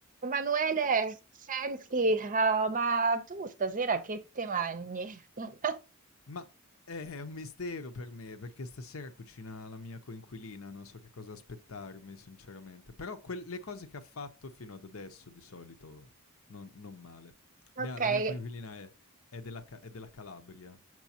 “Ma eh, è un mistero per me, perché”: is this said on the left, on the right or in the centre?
Left